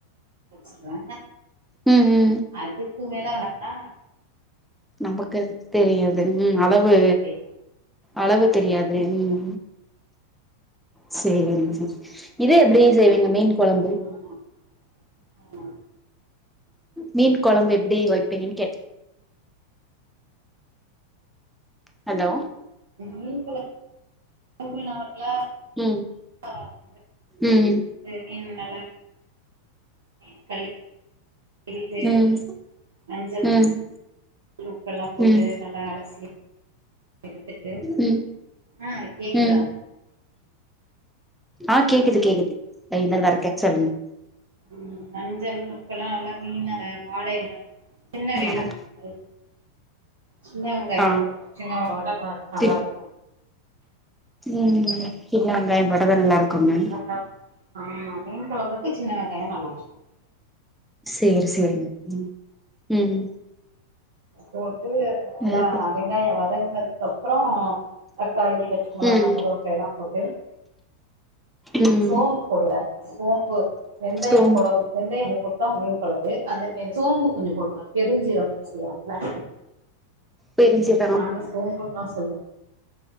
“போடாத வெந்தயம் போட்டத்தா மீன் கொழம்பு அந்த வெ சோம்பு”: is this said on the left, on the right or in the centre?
Right